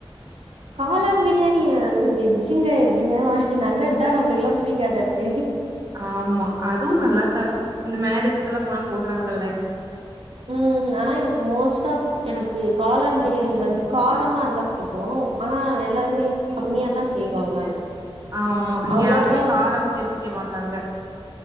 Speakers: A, on the right; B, on the right.
A: காளான் பிரியாணிய அது வெஜ்ஜுங்க எப்டிங்க நல்லது தான் நம்மளுக்கெல்லாம் பிடிக்காதாச்சே
B: ஆமா அதுவு நல்லாத்தாருக்கு இந்த மேரேஜ்க்கெல்லா போனா போட்றாங்கல்ல
A: ம் ஆனா எனக்கு மோஸ்ட் ஆஃப் எனக்கு காளான் பிரியாணில வந்து காரமா இருந்தா புடிக்கு ஆனா எல்லாருமே கம்மியா தா செய்வாங்க அது
B: ஆமா இங்க
A: அவ்ளோக்கா
B: யாருமே காரம் சேத்திக்க மாட்டாங்க